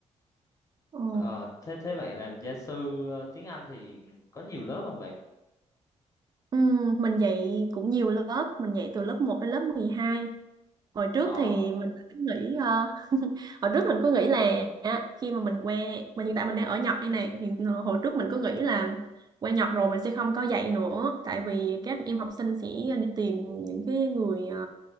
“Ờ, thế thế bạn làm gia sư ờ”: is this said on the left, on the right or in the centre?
Left